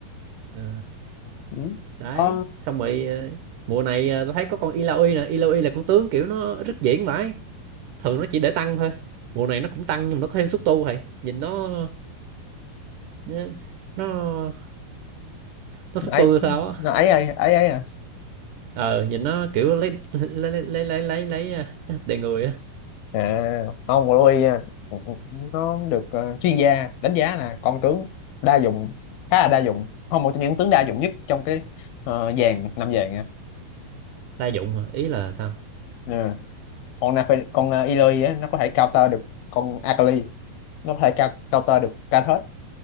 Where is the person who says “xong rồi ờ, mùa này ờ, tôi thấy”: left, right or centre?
Right